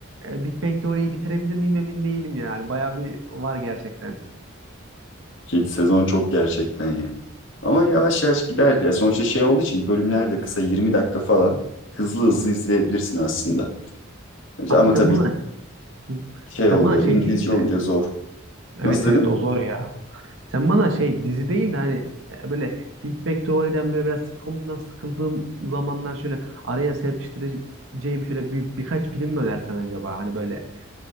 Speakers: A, on the right (about 75°); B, on the left (about 70°).
A: e, Big Bang Theory'yi bitirebilir miyim emin değilim yani. Bayağı bir var gerçekten.
B: 7 sezon çok gerçekten ya. Ama yavaş yavaş gider ya. Sonuçta şey olduğu için bölümler de kısa 20 dakika falan. Hızlı hızlı izleyebilirsin aslında.
A: Abi
B: Ama
A: sen
B: tabii
A: bana <laughs>
B: şey
A: sen
B: oluyor
A: bana şey
B: İngilizce
A: değil de.
B: olunca zor.
A: Evet
B: Nasıl
A: evet
B: dedin?
A: o zor ya. Sen bana şey dizi değil de hani e, böyle Big Bang Teori'den böyle biraz sitcom'dan sıkıldığım zamanlar şöyle araya serpiştireceğim şöyle bir, birkaç film mi önersen acaba? Hani böyle